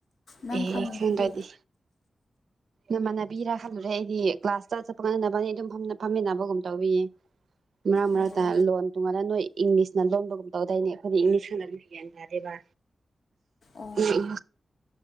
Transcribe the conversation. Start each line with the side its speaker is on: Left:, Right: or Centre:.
Left: ꯅꯪ
Right: ꯑꯦ
Left: ꯈꯪꯉꯤꯁꯤꯗꯤ
Right: ꯈꯪꯗꯔꯥꯗꯤ ꯅꯃꯥꯟꯅꯕꯤꯔ ꯈꯜꯂꯨꯔꯦ ꯑꯩꯗꯤ ꯀ꯭ꯂꯥꯁꯇ ꯆꯠꯄ ꯅꯥꯕꯥꯅꯤ ꯑꯗꯨꯝ ꯐꯝꯃꯤꯟꯅꯕꯒꯨꯝ ꯇꯧꯋꯤ ꯃꯔꯛ ꯃꯔꯛꯇ
Left: ꯑꯣ
Right: ꯂꯣꯟ ꯇꯣꯡꯉꯥꯟꯅ ꯅꯣꯏ ꯏꯪꯂꯤꯁꯅ ꯂꯣꯟꯕꯒꯨꯝ ꯇꯧꯗꯏꯅꯦ ꯑꯩꯈꯣꯏꯗꯤ ꯏꯪꯂꯤꯁ ꯈꯪꯗꯕꯒꯤ ꯒꯌ꯭ꯥꯟ ꯇꯥꯗꯦꯕ
Left: ꯑꯣ
Right: ꯎꯝ